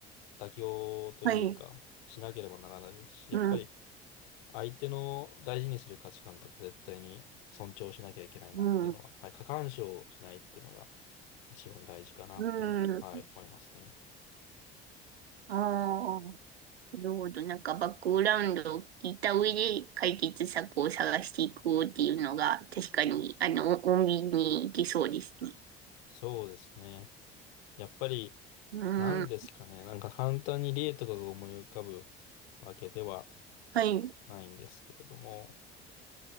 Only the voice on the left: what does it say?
妥協というか、
しなければならないですし、
やっぱり相手の大事にする価値観とか絶対に尊重しなきゃいけないなっていうのは、
はい、過干渉しないっていうのが一番大事かなとは、
はい、思いますね。
そうですね。やっぱり、
なんですかね。なんか簡単に例とかが思い浮かぶわけでは
ないんですけれども。